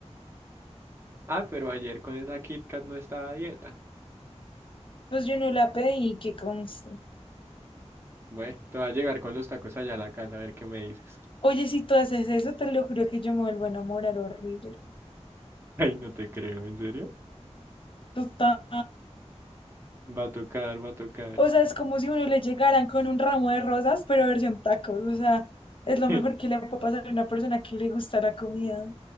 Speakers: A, on the right; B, on the left.
A: Ah, pero ayer con esa Kit Kat no estaba a dieta.
B: Pues yo no la pedí, que conste.
A: Bueno, te voy a llegar con los tacos allá a la casa a ver qué me dices.
B: Oye, si tú haces eso, te lo juro que yo me vuelvo a enamorar horrible.
A: <laughs> Ay, no te creo, ¿en serio?
B: Total.
A: Va a tocar, va a tocar.
B: O sea, es como si uno le llegaran con un ramo de rosas, pero versión tacos. O sea, es lo
A: <laughs>
B: mejor que le puede pasar a una persona que le gusta la comida.